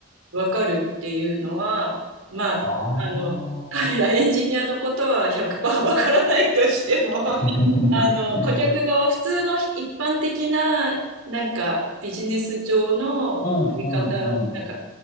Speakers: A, on the right; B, on the left.
A: わかるっていうのは、まあ、
B: ああ。
A: あの、彼らエンジニアのことは100%わからないとしても
B: <laughs>
A: あの、顧客側、普通の一般的な、なんか、ビジネス上のやり方、
B: うんうんうん。
A: なんか、